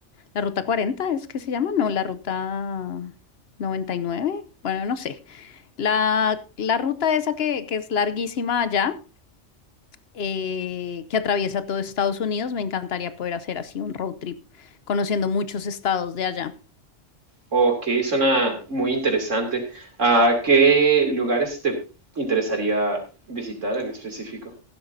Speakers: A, on the left (about 60°); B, on the right (about 80°).
A: la ruta 40, ¿es que se llama? No, la ruta 99, bueno, no sé. La, la ruta esa que, que es larguísima allá eh, que atraviesa todo Estados Unidos. Me encantaría poder hacer así un road trip, conociendo muchos estados de allá.
B: Ok, suena muy interesante. Ah, ¿qué lugares te interesaría visitar en específico?